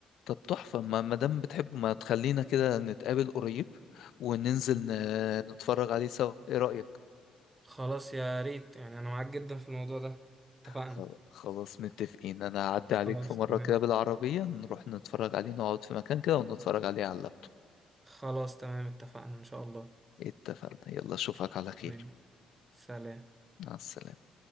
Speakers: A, on the left; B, on the right.
A: طب تحفه ما ما دام بتحبه ما تخلينا كده نتقابل قريب وننزل ن- نتفرج عليه سوا ايه رايك
B: خلاص يا ريت يعني انا معاك جدا في الموضوع ده اتفقنا
A: خل- خلاص متفقين انا هعدي
B: خلاص
A: عليك في مره
B: تمام
A: كده بالعربيه نروح نتفرج عليه نقعد في مكان كده ونتفرج عليه على اللاب
B: خلاص تمام اتفقنا إن شاء الله
A: اتفقنا يلا اشوفك على خير
B: ماشي سلام
A: مع السلامة